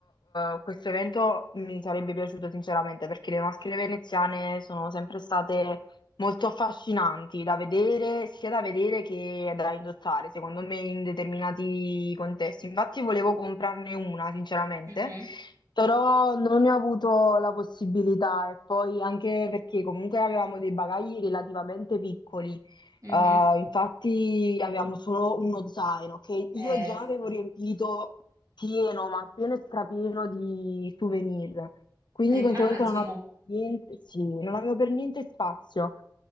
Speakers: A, on the left; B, on the right.
A: eh, questo evento mi sarebbe piaciuto sinceramente perché le maschere veneziane sono sempre state molto affascinanti da vedere, sia da vedere che da indossare, secondo me, in determinati contesti. Infatti volevo comprarne una, sinceramente,
B: Mhm,
A: però non ne ho avuto la possibilità e poi anche perché comunque avevamo dei bagagli relativamente piccoli.
B: mhm.
A: Uh, infatti avevamo solo uno zaino che io
B: Eh
A: già avevo
B: sì,
A: riempito pieno, ma pieno e strapieno di souvenir. Quindi
B: eh, immagino.
A: di conseguenza non avevo niente, sì, non avevo per niente spazio.